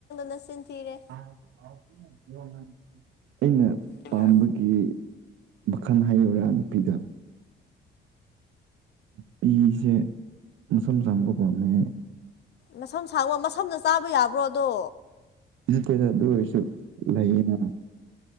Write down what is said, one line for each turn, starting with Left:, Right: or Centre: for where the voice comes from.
Left: ꯅꯆꯤꯟ ꯊꯤꯔꯦ
Right: <inaudible> ꯑꯩꯅ
Left: ꯑꯩꯅ
Right: ꯄꯥꯝꯕꯒꯤ ꯃꯈꯜ ꯍꯥꯏꯌꯔꯥ ꯅꯨꯄꯤꯗ ꯄꯤꯁꯦ ꯃꯁꯝ ꯁꯥꯡꯕ ꯄꯥꯝꯃꯦ
Left: ꯃꯁꯝ ꯁꯥꯡꯕ ꯃꯁꯝꯅ ꯆꯥꯕ ꯌꯥꯕ꯭ꯔꯣꯗꯣ
Right: ꯅꯠꯇꯗ ꯑꯗꯨ ꯑꯣꯏꯁꯨ ꯂꯩꯅ